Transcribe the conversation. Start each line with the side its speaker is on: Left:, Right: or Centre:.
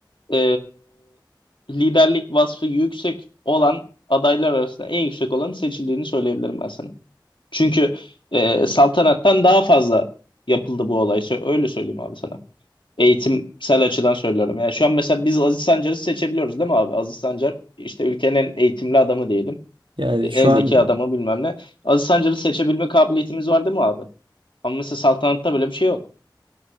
Left: e, liderlik vasfı yüksek olan adaylar arasında en yüksek olanın seçildiğini söyleyebilirim ben sana. Çünkü e, saltanattan daha fazla yapıldı bu olay. Sö- Öyle söyleyeyim abi sana. Eğitimsel açıdan söylüyorum. Yani şu an mesela biz Aziz Sancar'ı seçebiliyoruz değil mi abi? Aziz Sancar işte ülkenin en eğitimli adamı diyelim.
Right: Yani
Left: E, En
Right: şu
Left: zeki
Right: an
Left: adamı bilmem ne. Aziz Sancar'ı seçebilme kabiliyetimiz var değil mi abi? Ama mesela saltanatta böyle bir şey yok.